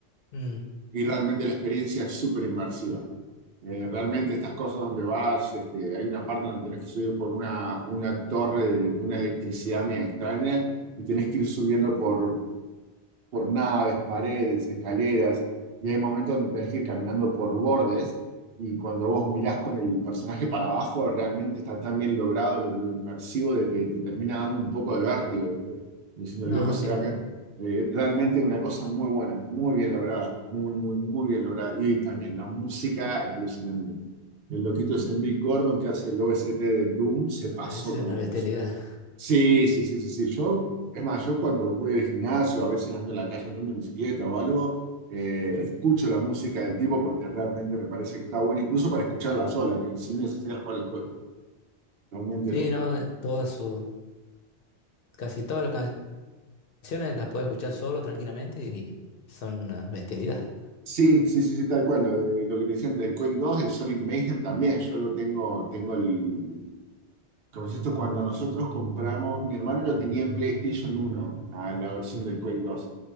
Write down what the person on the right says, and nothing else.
y realmente la experiencia es súper inmersiva. Eh, realmente estas cosas donde vas, este, hay una parte donde tenés que subir por una, una torre de, de una electricidad media extraña y tenés que ir subiendo por por naves, paredes, escaleras, y hay momentos donde tenés que ir caminando por bordes, y cuando vos mirás con el personaje para abajo, realmente está tan bien logrado lo, lo inmersivo de que te termina dando un poco de vértigo, ¿viste? Diciendo,
el loco se
va a caer. Eh, realmente una cosa muy buena, muy bien lograda, muy, muy, muy bien lograda. Y también la música es alucinante. El loquito ese Mick Gordon que hace el OST de Doom se pasó
con lo
que hizo. Sí, sí, sí, sí, sí. Yo, es más, yo cuando voy al gimnasio, a veces ando en la calle andando en bicicleta o algo, eh, escucho la música del tipo porque realmente me parece que está buena, incluso para escucharla sola, ¿no? sin necesidad de jugar al juego. Realmente
no.
Sí, sí, sí, sí, tal cual. Lo, de, lo que te decía antes del Quake 2, el Sonic Mayhem también. Yo lo tengo, tengo el. Como es esto, cuando nosotros compramos, mi hermano lo tenía en PlayStation 1, a la versión del Quake dos.